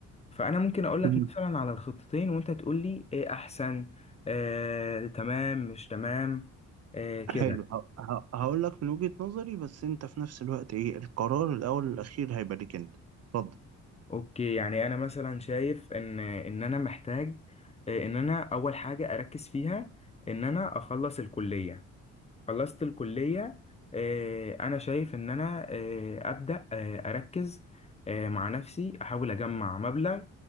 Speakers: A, on the left; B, on the right.
A: فانا ممكن اقول
B: مم.
A: لك مثلا على الخطتين وانت تقول لي ايه احسن آه، تمام مش تمام آه، كده
B: حلو ه- ه- هقول لك من وجهة نظري بس أنت في نفس الوقت إيه القرار الأول والأخير هيبقى ليك أنت اتفضل
A: اوكي يعني انا مثلا شايف ان ان انا محتاج آه، ان انا اول حاجه اركز فيها ان انا اخلص الكليه خلصت الكلية آه، أنا شايف إن أنا آه، أبدأ آه، أركز آه، مع نفسي أحاول أجمع مبلغ